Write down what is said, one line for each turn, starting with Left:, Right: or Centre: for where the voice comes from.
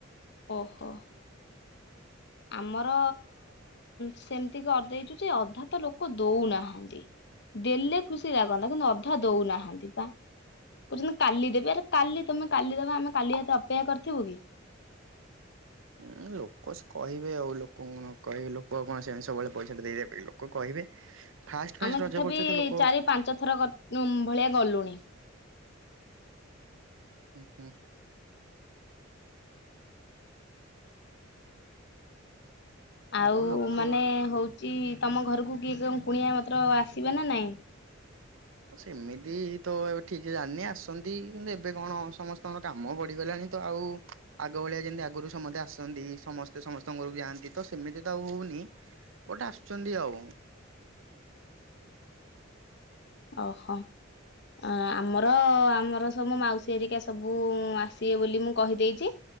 Left: ଓହୋ। ଆମର ସେମିତି କରିଦେଇଛୁ ଯେ ଅଧା ତ ଲୋକ ଦଉନାହାନ୍ତି। ଦେଲେ ଖୁସି ଲାଗନ୍ତା କିନ୍ତୁ ଅଧା ଦଉନାହାନ୍ତି ବା। କହୁଛନ୍ତି କାଲି ଦେବେ ଆରେ କାଲି ତମେ କାଲି ଦେବ ଆମେ କାଲି ହାତେ ଅପେକ୍ଷା କରିଥିବୁ କି?
Right: ହୁଁ ଲୋକ ସେ କହିବେ ଆଉ ଲୋକଣ କହିବେ ଲୋକ ଆଉ କଣ ସେମିତି ସବୁବେଳେ ପଇସା ଟା ଦେଇଦେବେ ପାଇଁ ଲୋକ କହିବେ ଫାଷ୍ଟ ଫାଷ୍ଟ
Left: ଆମେ
Right: ରଜ
Left: ତଥାପି
Right: କରୁଛ ତ ଲୋକ
Left: ଚାରି ପାଞ୍ଚ ଥର ଭଳିଆ ଗଲୁଣି।
Right: ହୁଁ ହୁଁ। ହଉ
Left: ଆଉ
Right: ଲୋକ
Left: ମାନେ ହଉଛି ତମ ଘରକୁ କିଏ କ କୁଣିଆ ମତ୍ର ଆସିବେ ନା ନାଇଁ?
Right: ସେମିତି ତ ଏ ଠିକ ଜାଣିନି ଆସନ୍ତି କିନ୍ତୁ ଏବେ କଣ ସମସ୍ତଙ୍କର କାମ ବଢ଼ିଗଲାଣି। ତ ଆଉ ଆଗ ଭଳିଆ ଯେମିତି ଆଗରୁ ସମସ୍ତେ ଆସନ୍ତି ସମସ୍ତେ ସମସ୍ତଙ୍କ ଘରକୁ ଯାଆନ୍ତି ତ ସେମିତି ତ ଆଉ ହଉନି। ବୁଟ ଆସୁଛନ୍ତି ଆଉ।
Left: ଓହୋ। ଅ ଆମର ଆମର ସବୁ ମାଉସୀ ଆରିକା ସବୁ ଆସିବେ ବୋଲି ମୁଁ କହିଦେଇଚି।